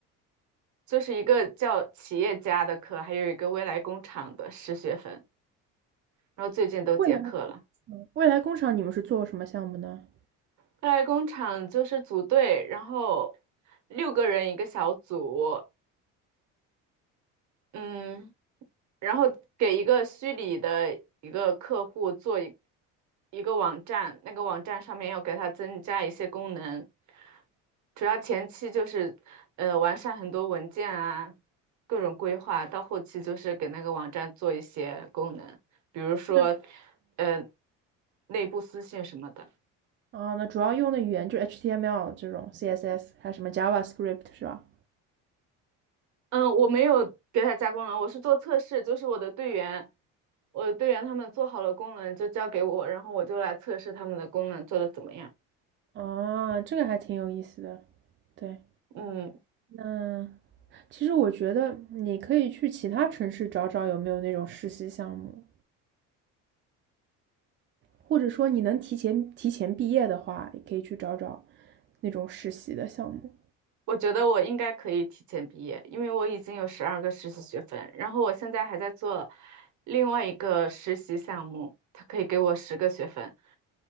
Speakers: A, on the right; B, on the right.
A: 就是一个叫企业家的课，还有一个未来工厂的十学分，然后最近都结课了。
B: 未来工厂，未来工厂你们是做什么项目呢？
A: 快来工厂就是组队，然后六个人一个小组，嗯，然后给一个虚拟的一个客户做一一个网站，那个网站上面要给它增加一些功能，主要前期就是呃完善很多文件啊，各种规划，到后期就是给那个网站做一些功能，比如说
B: 那
A: 呃内部私信什么的。
B: 啊，那主要用的语言就是 HTML 这种 CSS，还有什么 JavaScript 是吧？
A: 嗯，我没有给他加功能，我是做测试，就是我的队员，我的队员他们做好了功能就交给我，然后我就来测试他们的功能做的怎么样。
B: 啊，这个还挺有意思的。对，
A: 嗯，
B: 那其实我觉得你可以去其他城市找找有没有那种实习项目，或者说你能提前提前毕业的话，也可以去找找那种实习的项目。
A: 我觉得我应该可以提前毕业，因为我已经有十二个实习学分，然后我现在还在做另外一个实习项目，他可以给我十个学分，